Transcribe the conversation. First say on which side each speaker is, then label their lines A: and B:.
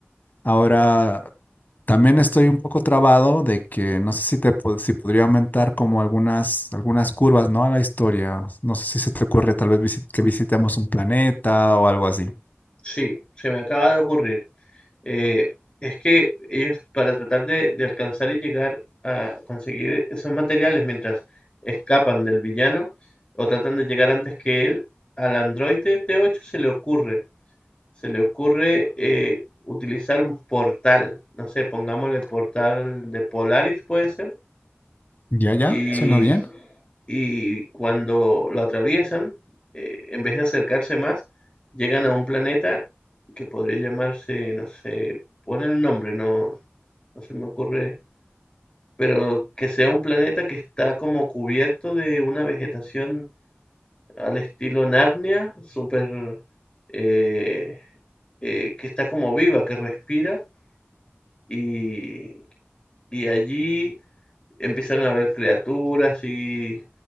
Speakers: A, on the left; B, on the left.
A: Ahora, también estoy un poco trabado de que no sé si te pod- si podría aumentar como algunas algunas curvas, ¿no? a la historia. No sé si se te ocurre tal vez visi- que visitemos un planeta o algo así.
B: Sí, se me acaba de ocurrir. Eh, es que ellos, para tratar de, de alcanzar y llegar a conseguir esos materiales mientras escapan del villano o tratan de llegar antes que él, al androide T8 se le ocurre, se le ocurre eh, utilizar un portal, no sé, pongámosle portal de Polaris puede ser,
A: Ya, ya,
B: Y,
A: suena bien.
B: y cuando lo atraviesan, eh, en vez de acercarse más, llegan a un planeta que podría llamarse, no sé, ponen un nombre, no, no se me ocurre, pero que sea un planeta que está como cubierto de una vegetación al estilo Narnia, súper, eh, eh, que está como viva, que respira, y, y allí empiezan a ver criaturas y,